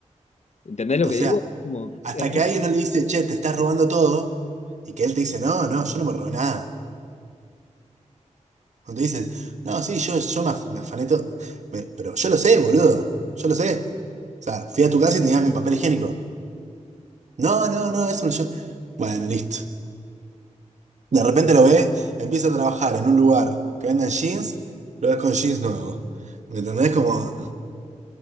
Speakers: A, on the left; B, on the right.
A: ¿Entendés lo
B: O
A: que
B: sea,
A: digo? Como,
B: hasta
A: es
B: que
A: raro.
B: alguien no le dice, che, te estás robando todo. Y que él te dice, no, no, yo no me robé nada. Cuando te dicen, no, sí, yo, yo me, af- me afané todo. Me- pero yo lo sé, boludo. Yo lo sé. O sea, fui a tu casa y tenías mi papel higiénico. No, no, no, eso no yo. Bueno, listo. De repente lo ves empieza a trabajar en un lugar que venden jeans, lo ves con jeans nuevos. ¿Me entendés? Como,